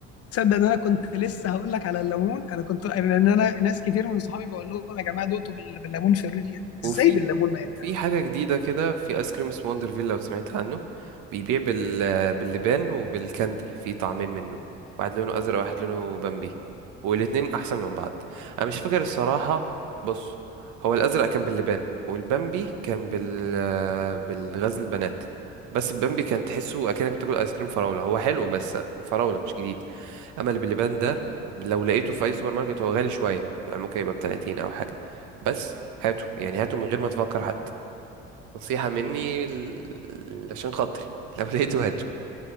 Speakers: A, on the left; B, on the right.
A: تصدق ان انا كنت لسه هقول لك على الليمون انا كنت لان انا ناس كتير من صحابي بقول لهم يا جماعه دقتوا بال... بالليمون فيقولوا لي
B: وفي
A: ازاي بالليمون ما يعني
B: في حاجة جديدة كده في ايس كريم اسمه وندرفيل لو سمعت عنه بيبيع بال... باللبان وبالكاندي في طعمين منه واحد لونه ازرق واحد لونه بامبي والاتنين احسن من بعض انا مش فاكر الصراحة بص هو الازرق كان باللبان والبامبي كان بال بالغزل البنات بس البامبي كان تحسه اكنك بتاكل ايس كريم فراولة هو حلو بس فراولة مش جديد اما اللي باللبان ده لو لقيته في اي سوبر ماركت هو غالي شويه يعني ممكن يبقى ب 30 او حاجه بس هاته يعني هاته من غير ما تفكر حتى نصيحه مني ل- عشان خاطري <laughs> لو لقيته هاته